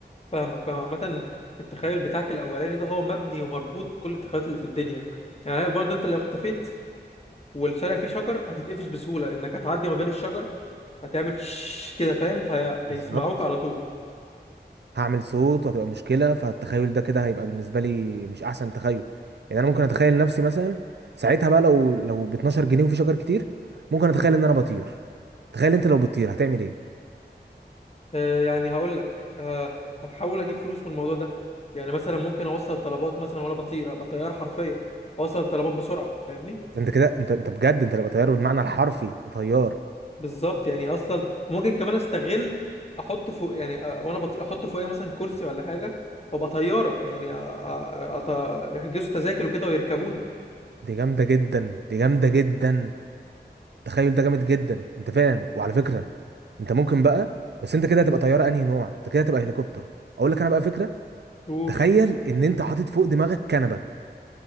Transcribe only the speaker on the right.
بالظبط
هعمل صوت وهتبقى مشكلة فالتخيل ده كده هيبقى بالنسبة لي مش أحسن تخيل يعني أنا ممكن أتخيل نفسي مثلا ساعتها بقى لو لو ب 12 جنيه وفي شجر كتير ممكن أتخيل إن أنا بطير تخيل أنت لو بتطير هتعمل إيه؟
أنت كده أنت أنت بجد أنت هتبقى طيار بالمعنى الحرفي أنت طيار
دي جامدة جدا دي جامدة جدا التخيل ده جامد جدا أنت فعلا وعلى فكرة أنت ممكن بقى بس أنت كده هتبقى طيارة أنهي نوع؟ أنت كده هتبقى هليكوبتر أقول لك أنا بقى فكرة
تخيل إن أنت حاطط فوق دماغك كنبة